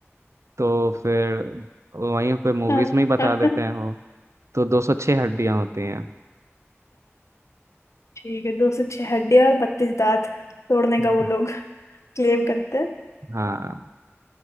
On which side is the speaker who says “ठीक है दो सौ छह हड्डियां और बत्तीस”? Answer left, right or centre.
Left